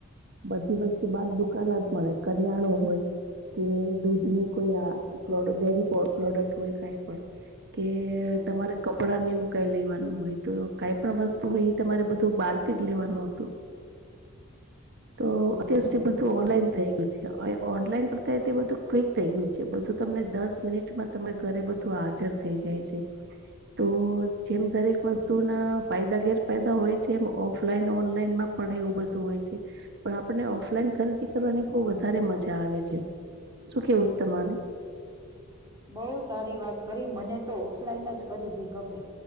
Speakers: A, on the right (about 55°); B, on the right (about 15°).
A: બધી વસ્તુ બાદ દુકાન જ મળે કરિયાણો હોય કે દૂધ ની કોઈોેવી પ્રોડક્ટ હોય ક. કે
B: હમ
A: તમારે કપડા ને કઈ લેવાનું હોય તો કઈ પણ વસ્તુ હોય એ તમારે બધું બહારથી જ લેવાનું હતું. તો
B: હમ
A: અત્યાર
B: હમ
A: સુધી બધું ઓનલાઈન ઓનલાઈન કરતા બધું ક્વિક થઈ ગયું છે બધું તમને દસ મિનિટમાં તમે ઘરે બધું હાજર થઈ જાય છે. તો જેમ દરેક વસ્તુ ના ફાયદા ગેરફાયદા હોય છે, એમ ઓફલાઈન ઓનલાઈનમાં પણ એવું બધું હોય. પણ આપણે ઓફલાઈન ખરીદી કરવાની બહ વધારે મજા આવે છે. શું કેવું તમારે?
B: બઉુ સારી વાત ખરી મને તો ઓફલાઈન જ ખરીદી ગમે.